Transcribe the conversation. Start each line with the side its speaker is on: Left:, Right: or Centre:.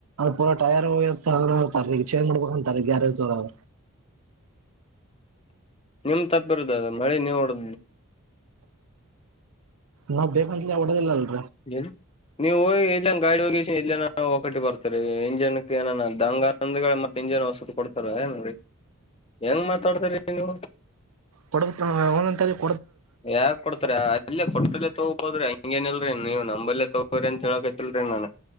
Right: ಪೂರ ಟಾಯರ್ ತತಾರೆ ಚೇನ್ ಮಾಡ್ಬೇಕಂತಾರೆ ಗ್ಯಾರೇಜ್ ತ ಅವ
Left: ನಿಮ್ ತಪ್ಪಿರುದ ಅದ ಮಳೆ ನೀವು ಉಡು
Right: ನಾ ಬೇೇಕ ಒಲ್ಲ
Left: ಹೇಳ ನೀವು ಹ ಇಲ್ಲ ಗಾಡಿ ಹೋಗಿ ಇಲ್ಲ ಒಕಟಿ ಬರ್ತಾರೆ ಇಂಜನ್ಕ್ ಏನ ದಂಗಂದ ಮೆ ಇಂಜನ್ ಹೊಸದ ಕೊಡ್ತ ಏನ್ೋರಿ ಹೆಂಗ ಮಾತಾಡ್ತ್ರರಿ ನೀವು
Right: ಕೊಡ ಒಂದೊಂದ.
Left: ಯಾಕ ಕೊಡ್ತಾರೆ ಅಲ್ಲೇ ಕೊಟ್ರಲ್ಲೇ ತಗೋಬೋದ್ರೆ ಹಿಂಗೇನಲ್ರಿ ನೀವು ನಂಬಲ್ಲೇ ತಗೋ್ರಿ ಅಂತ ಹೇಳಕತಿಲ್ರಿೀ ನನ್ಗೆ